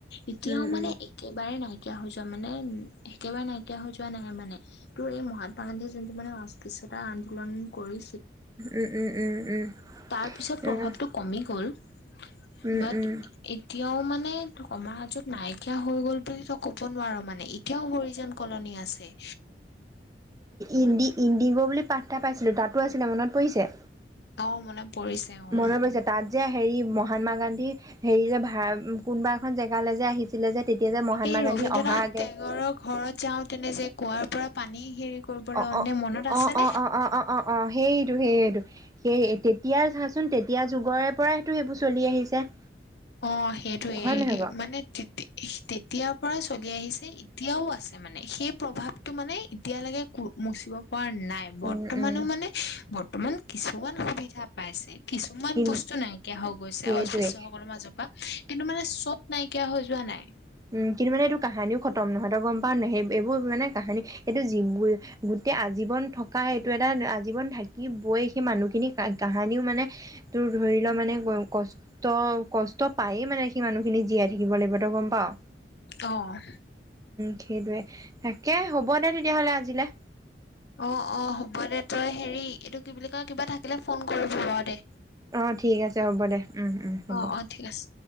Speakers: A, on the left; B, on the right.
A: এতিয়াও
B: উম
A: মানে
B: উম
A: একেবাৰে নহয়। হৈ যোৱা মানে একেবাৰে নাইকিয়া হৈ যোৱা নাই মানে ত' এই মহাত্মা গান্ধীয়ে যোনটো মানে অস্পৃশ্যতা আন্দোলন কৰি।
B: উম উম উম উম
A: তাৰ পিছত প্ৰভাৱটো
B: উম
A: কমিল গল বাট
B: উম উম
A: এতিয়া এতিয়াও মানে আমাৰ অমৰ ৰাজত নাইকিয়া হৈ গল বুলি তই ক'ব নোৱাৰো মানে এতিয়াও হৰিজান কলনী আছে
B: ইন্দিগৌ ইন্দিগৌ বুলি পাঠ এটা পাইছিলো তাতো আছিলে মনত পৰিছে
A: অহ মনত পৰিছে অ
B: মনত পৰিছে তাত যে হেৰি মহাত্মা গান্ধী হেৰি যে ভা কোনোবা এখন জেগালৈ যে আহিছিলে যে তেতিয়া যে মহাত্মা
A: এই
B: গান্ধী
A: ৰবীন্দ্ৰনাথ
B: অহা আগে
A: টেগৰৰ ঘৰত যাওঁ তেনে যে কুঁৱাৰ পৰা পানী হেৰি কৰিবলৈ
B: অ অ
A: মনত আছেনে?
B: অ অ অ অ অ অ অ সেইটো সেইটো সেই তেতিয়া চাচোন তেতিয়া যুগৰে পৰাটো সেইবোৰ চলি আহিছে
A: অ সেইটোৱে
B: হয় নহয় বাৰু
A: মানে তেতিয়া পৰা চলি আহিছে এতিয়াও আছে মানে সেই প্ৰভাৱটো মানে এতিয়ালৈকে কো মুচিব পৰা নাই
B: উম
A: বৰ্তমানো
B: উম
A: মানে বৰ্তমান কিছুমান সুবিধা পাইছে কিছুমান
B: কি
A: বস্তু নাইকিয়া হৈ গৈছে
B: সেইটোৱে
A: অস্পৃশ্যসকলৰ মাজত কিন্তু মানে চব নাইকিয়া হৈ যোৱা নাই
B: উম কিন্তু মানে এইটো কাহানিও খতম নহয় তই গম পাৱ নাই সেই এইবোৰ মানে কাহানী এইটো গোটেই আজীৱন থকা এইটো এটা আজীৱন থাকিবই সেই মানুহখিনি কাহানিও মানে তোৰ ধৰি ল মানে কষ্ট কষ্ট পায়ে মানে সেই মানুহখিনি জীয়াই থাকিব লাগিব তই গম পাৱই
A: অহ
B: সেইটোৱে তাকে হ'ব দে তেতিয়াহ'লে আজিলে
A: অ অ হ'ব দে তই হেৰি এইটো কি বুলি কয় কিবা থাকিলে ফোন কৰিব বাৰু দে
B: অ ঠিক আছে হ'ব দে উম উম হ'ব
A: অ অ ঠিক আছে